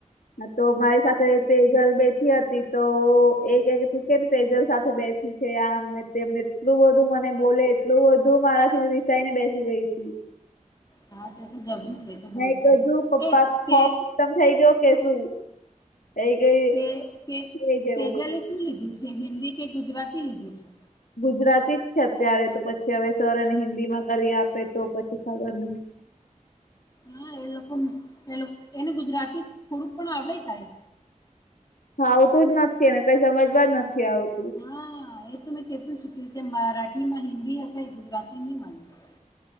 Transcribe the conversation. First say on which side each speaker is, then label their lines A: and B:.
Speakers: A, on the left (about 85°); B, on the left (about 25°).
A: હા તો મારી સાથે તેજલ બેઠી હતી તો એ કે કે તું કેમ તેજલ સાથે બેઠી છે આમને તેમને એટલું બધું મને બોલે એટલું બધું મારાથી રીસાઈને બેસી ગઈ તી.
B: હા તે તો જબરી છે. તો
A: મે
B: બોલશે
A: કીધું
B: જ
A: પપ્પાનો
B: એ તે
A: ખોફ ખતમ થઈ ગયો કે શું. થઈ ગઈ
B: કે કે
A: એટલે <unintelligible>
B: તેજલે શું લીધું છે હિન્દી કે ગુજરાતી લીધું છે.
A: ગુજરાતી જ છે અત્યારે તો પછી હવે સર એને હિન્દીમાં કરી આપે તો પછી ખબર ની.
B: હા એ લોકો એ એને ગુજરાતી થોડુંક પણ આવડે કાય.
A: ફાવતુંજ નથી ને કઈ સમજવા જ નથી આવતું.
B: હા એ તો મેં કેતું શક્યું કે મરાઠીમાં હિન્દી હશે ગુજરાતી નહી મલે.